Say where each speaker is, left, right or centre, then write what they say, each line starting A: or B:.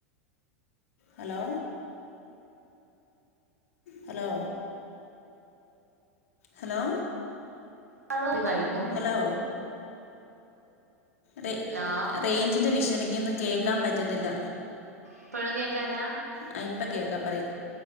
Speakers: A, on the left (about 55°); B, on the right (about 80°).
A: Hello hello. ഹലോ.
B: <unintelligible> കഴിക്കും
A: ഹലോ റേ
B: ഹലോ
A: റേഞ്ചിന് വിശണ്ട് ഇക്കൊന്നും കേക്കാൻ പറ്റ്ന്നില്ല.
B: ഇപ്പോഴും കേക്കാല്ല?
A: ആ ഇപ്പ കേക്കാ പറയ്